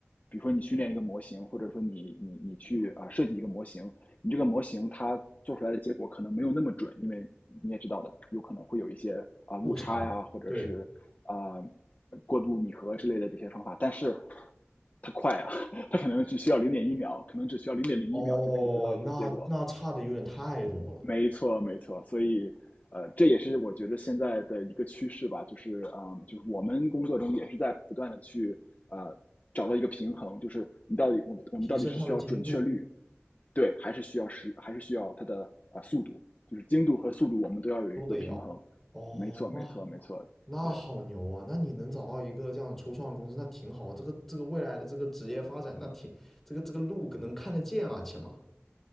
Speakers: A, on the left (about 35°); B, in the centre.
A: 比如说你训练一个模型，或者说你你你去啊、呃设计一个模型，你这个模型它做出来的结果可能没有那么准，因为你也知道的，有可能会有一些啊、呃误差呀，
B: 误差对
A: 或者是啊、呃过度拟合之类的这些方法，但是它快啊，它可能只需要零点一秒，可能只需要零点零一秒就可以得到一个结果。
B: 哦，那那差的有点太多了，
A: 没错，没错，所以。呃，这也是我觉得现在的一个趋势吧，就是嗯，呃就是我们工作中也是在不断的去呃找到一个平衡，就是你到底我们我们到底是需要准确率，
B: 提升它的精度
A: 对，还是需要时，还是需要它的啊、呃速度，就是精度和速度，我们都要有一个平衡。
B: 都得要哦，
A: 没错，没错，
B: 那
A: 没错，
B: 那好牛啊！
A: 对，
B: 那你能找到一个这样初创的公司，那挺好啊。这个这个未来的这个职业发展，那挺这个这个路能看得见啊，起码